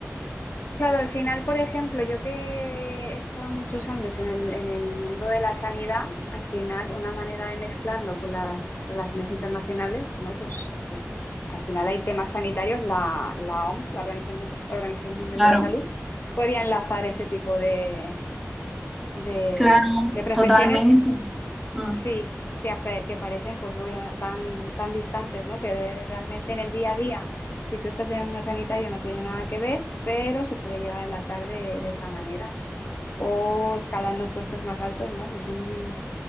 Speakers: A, on the left; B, in the centre.
A: Claro, al final, por ejemplo, yo que he estado muchos años en el, en el mundo de la sanidad, al final una manera de mezclarlo con las relaciones internacionales, ¿no? Pues es, al final hay temas sanitarios, la, la OMS, la Organización, Organización Mundial
B: Claro,
A: de la Salud, podría enlazar ese tipo de, de,
B: claro,
A: de profesiones
B: totalmente. Mm,
A: Sí, que, ape- que parecen pues obvia- tan, tan distantes, ¿no? Que realmente en el día a día, si tú estás en el mundo sanitario no tiene nada que ver, pero se puede llegar a enlazar de, de esa manera. O escalando en puestos más altos, ¿no? Pues un